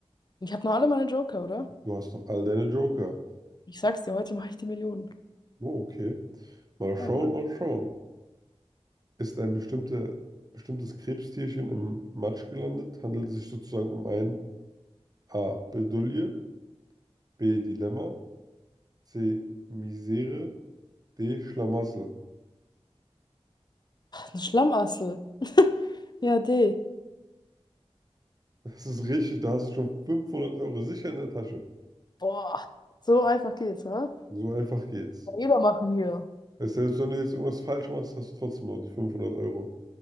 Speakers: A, on the left; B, on the right.
A: ich habe noch alle meine Joker, oder?
B: Du hast noch all deine Joker.
A: Ich sag's dir, heute mache ich die Millionen.
B: Oh, okay. Mal schauen,
A: Ja.
B: mal schauen. Ist ein bestimmte, bestimmtes Krebstierchen im Matsch gelandet, handelt es sich sozusagen um ein A. Bedulie, B. Dilemma, C. Misere, D. Schlamassel.
A: Ein Schlammassel. Ja, D.
B: Das ist richtig, da hast du schon 500 Euro sicher in der Tasche.
A: Boah, so einfach geht's, ne?
B: So einfach geht's.
A: Kann Jeder machen hier.
B: Weißt du, selbst wenn du jetzt irgendwas falsch machst, hast du trotzdem noch die 500 Euro.